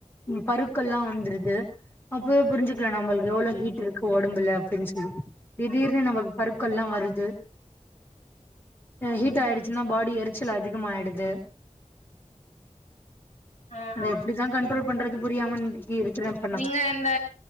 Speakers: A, on the left (about 15°); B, on the left (about 75°).
A: பருக்கள்ல்லா வந்துருது அப்பயே புரிஞ்சு க்கலா நம்மள்க்கு எவ்ளோ ஹீட் இருக்கு ஒடம்புல அப்டின் சொல்லி திடீர்னு நம்மள்க்கு பருக்கள்ல்லா வருது ஹீட் ஆயிடுச்சுன்னா பாடி எரிச்சல் அதிகமாயிடுது
B: ஆ
A: அத
B: ஆமா
A: எப்டிதா கண்ட்ரோல் பண்றது புரியாம <unintelligible> இருக்கிறே இப்ப நா
B: நீங்க இந்த